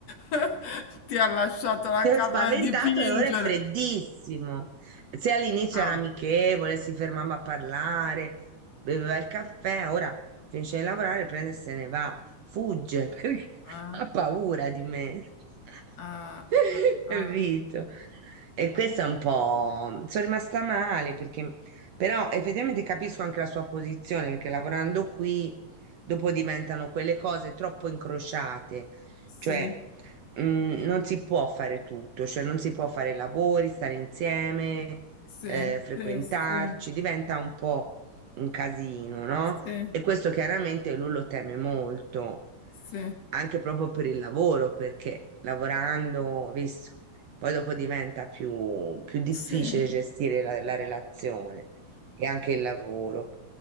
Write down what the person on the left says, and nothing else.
<laughs> Ti ha lasciato la
casa
da dipingere.
Ah,
ah,
ah,
ah,
sì,
sì,
sì, sì,
sì,
sì,
sì,